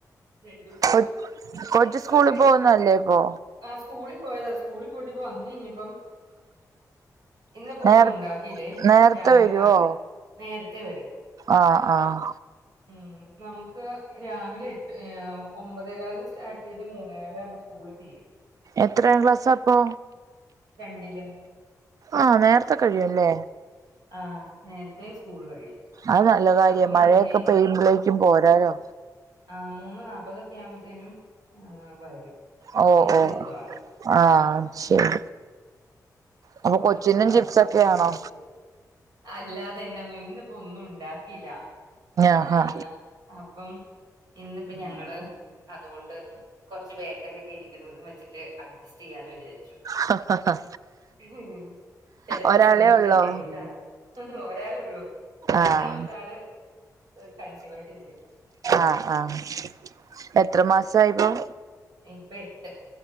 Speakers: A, on the right; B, on the right.
A: രണ്ട് മൂന്ന്
B: കൊ കൊച്ച്
A: ചിപ്സ്
B: സ്കൂളിൽ
A: ഒക്കെ.
B: പോകുന്നല്ലേ ഇപ്പൊ
A: ആഹ് സ്കൂളിൽ പോയതാ സ്കൂളിൽ പോയിട്ട് ഇപ്പോ വന്ന് കഴിഞ്ഞപ്പം ഇന്നപ്പോ
B: നേർ
A: ഒന്നു ഉണ്ടാക്കിയില്ലേ
B: നേരത്തെ
A: രാവിലെ
B: വരുവോ
A: കാപ്പി നേരത്തെ വരും.
B: ആഹ് ആഹ്
A: ഉം. നമുക്ക് രാവിലെ എട്ട് എ ഒമ്പതേ കാലിന് സ്റ്റാർട്ട് ചെയ്ത് മൂന്നേകാല് ആവുമ്പം സ്കൂള് തീരും. <inaudible>
B: എത്രാം ക്ലാസ്സാ അപ്പോ?
A: രണ്ടില്.
B: ആഹ് നേര്ത്തെ കഴിയും അല്ലേ?
A: ആഹ് നേര്ത്തേ സ്കൂള് കഴിയും.
B: അത് നല്ല കാര്യം
A: അപ്പൊ
B: മഴയൊക്കെ
A: മൂന്നേ
B: പെയ്യുമ്പോഴേക്കും പോരാലോ.
A: ആഹ് മൂന്ന് നാപ്പതൊക്കെ ആവുമ്പൊത്തേനും വരും.
B: ഓ
A: വീട്ടിലെത്തും
B: ഓ
A: ആള്
B: ആഹ് അത് ശരി. അപ്പൊ
A: അതുകൊണ്ട്
B: കൊച്ചിനും
A: പിന്നെ നമുക്കും
B: ചിപ്സൊക്കെയാണോ
A: വല്യ ടെൻഷൻ. അല്ലാതെ എന്നാ ഇന്നിപ്പം ഒന്നും ഉണ്ടാക്കില്ല
B: ആഹാ
A: ആഹ് അപ്പം ഇന്നിപ്പം ഞങ്ങള് അതുകൊണ്ട്. കെറ്ച്ച് ബേക്കറി ഒക്കെ ഇരിക്കുന്നതും വെച്ചിട്ട് അഡ്ജസ്റ്റ് ചെയ്യാന്ന് വിചാരിച്ചു.
B: ഹ ഹ ഹ.
A: ഉം. ചെല ദിവസങ്ങളില്
B: ഒരാളെ ഉള്ളോ
A: തട്ടിക്കൂട്ടാണ് ഒരാളുള്ളൂ രണ്ടാമത്താള്.
B: ആഹ്
A: കൺസീവ് ആയിട്ട് ഇരിക്കുന്നു.
B: ആഹ് ആഹ് എത്ര മാസായി ഇപ്പം?
A: ഇപ്പം എട്ട്.